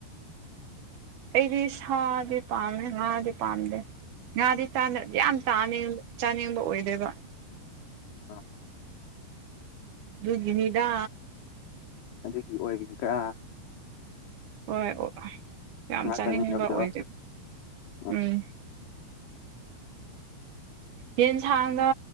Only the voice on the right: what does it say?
ꯑꯩꯗꯤ ꯁꯥꯗꯤ ꯄꯥꯝꯃꯦ ꯉꯗꯤ ꯄꯥꯝꯗꯦ ꯉꯥꯗꯤꯥ ꯌꯥꯝꯥꯅꯤꯡ ꯆꯥꯅꯤꯡꯕ ꯑꯣꯏꯗꯣꯏꯕ
ꯗꯨꯒꯤꯅꯤꯗꯥ
ꯍꯣꯏ ꯑꯣ ꯌꯥꯝ
ꯆꯥꯅꯤꯡꯕ
ꯑꯣꯏꯗꯦꯕ
ꯎꯝ ꯌꯦꯟꯁꯥꯡꯗ